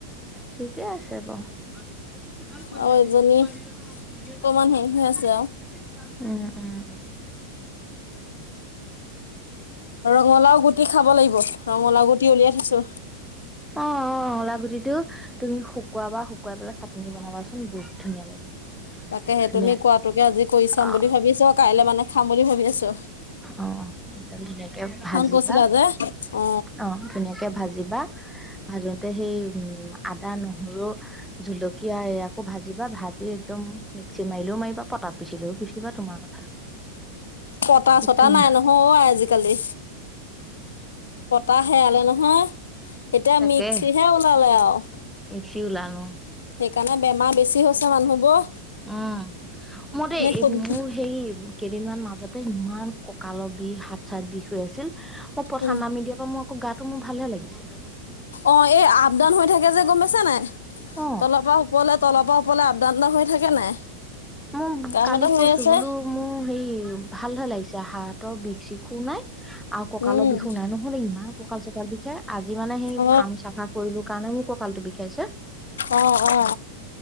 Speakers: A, in the centre; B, on the left.
A: ঠিকে আছে বাউ। <unintelligible>
B: আৰু এজনী অকমান হেৰি হৈ আছে
A: উম উম
B: ৰঙালাও গুটি খাব লাগিব, ৰঙালাও গুটি উলিয়াই থৈছো।
A: অঁ অঁ ৰঙালাও গুটিটো তুমি শুকোৱাবা, শুকুৱাই পেলাই চাটনি বনাবাচোন বহুত ধুনীয়া লাগে।
B: তাকে সেই
A: ধুনীয়া
B: তুমি কোৱাটোকে আজি কৰি চাম
A: অ
B: বুলি ভাবিছোঁ, কাইলে মানে খাম বুলি ভাবি আছোঁ।
A: অঁ একদম ধুনীয়াকে ভাজিবা,
B: কৈছিলা যে অ
A: অঁ ধুনীয়াকে ভাজিবা। ভাজোতে সেই উম আদা, নহৰু জলকীয়া এ আকৌ ভাজিবা, ভাজি একদম মিক্সিত মাৰিলেও মাৰিবা, পটাত পিচিলেও পিচিবা তোমাৰ কথা। <inaudible>
B: পটা
A: বহুত
B: চটা
A: ধুনীয়া
B: নাই নহয় অ আজিকালি। পটা হেৰালে নহয়, এতিয়া
A: তাকে
B: মিক্সিহে ওলালে আৰু।
A: মিক্সি ওলাল, উম।
B: সেইকাৰণে বেমাৰ বেছি হৈছে মানুহবোৰৰ।
A: উম, মোৰ দেই এই
B: সুবিধা
A: মোৰ সেই কেইদিনমান মাজতে ইমান কঁকালৰ বিষ, হাত চাত বিষ হৈ আছিল, মই পথাৰত
B: উম
A: নামি দিয়াত মোৰ আকৌ গাটো মোৰ ভালে লাগিছে।
B: অ এই আপ ডাউন হৈ থাকে যে গম পাইছা নাই?
A: অ
B: তলৰ পৰা ও পৰলে তলৰ পৰা ওপৰলে আপ ডাউন এটা হৈ থাকে নাই।
A: উম,
B: কাম
A: কালি
B: এটা হৈ
A: কৈছো
B: আছে
A: বোলো মোৰ হেৰি ভালহে লাগিছে, হাতৰ বিষ চিষো নাই। আৰু কঁকালৰ
B: উম
A: বিষো নাই নহয়, ইমান কঁকাল চকাল বিষায়। আজি মানে সেই
B: অ
A: ফাৰ্ম চাফা কৰিলো কাৰণে মোৰ কঁ কালটো বিষাইছে।
B: অ অ